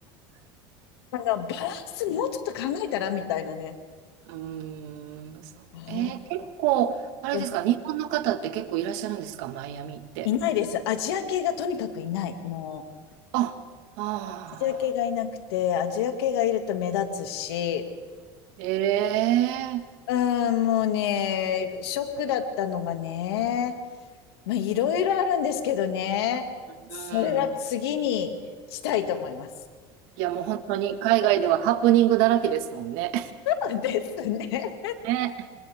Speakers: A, on the left; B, on the right.
A: あの、バランスもうちょっと考えたらみたいなね。
B: うーん、そう。
A: 本
B: えー結構、あれですか、
A: 当に
B: 日本の方って結構いらっしゃるんですか、マイアミって。
A: いないです。アジア系がとにかくいない。もう、
B: あ、ああ、
A: アジア系がいなくて、アジア系がいると目立つし、
B: ええ
A: うーん、もうね、ショックだったのがね、まあ、いろいろあるんですけどね、それは次にしたいと思います。
B: うん。いや、もう本当に海外ではハプニングだらけですもんね。
A: そうですね。
B: ね